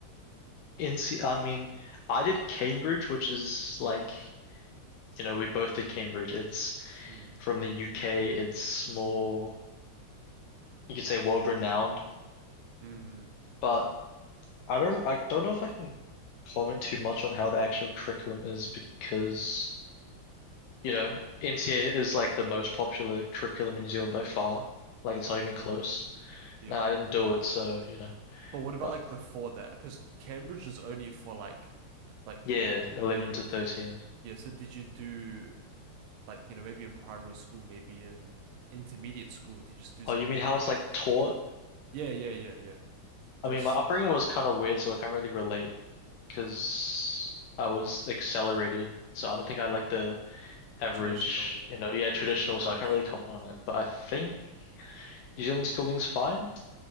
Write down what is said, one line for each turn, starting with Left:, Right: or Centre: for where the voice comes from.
Left: NC, I mean, I did Cambridge, which is like, you know, we both did Cambridge. It's
Right: Mm,
Left: from the UK. It's more, you could say world renowned,
Right: mm,
Left: but I don't, I don't know if I can comment too much on how the actual curriculum is because, you know, NCA is like the most popular curriculum in New Zealand by far. Like
Right: yeah,
Left: it's not even close.
Right: yeah.
Left: No, I didn't do it, so you know.
Right: But what about
Left: But
Right: like before that? Because Cambridge is only for like, like
Left: yeah,
Right: the
Left: 11
Right: yeah, yeah,
Left: to 13.
Right: yeah. So did you do like you know maybe in primary school, maybe in intermediate school? Did you just do
Left: Oh,
Right: something
Left: you mean
Right: that
Left: how
Right: was
Left: it's like taught?
Right: yeah, yeah, yeah, yeah, just
Left: I mean, my upbringing was kind of weird, so I can't really relate because I was accelerated. So I don't think I like the average,
Right: traditional
Left: you know, yeah, traditional.
Right: New Zealand approach?
Left: So I can't really comment on it. But I think New Zealand schooling's fine.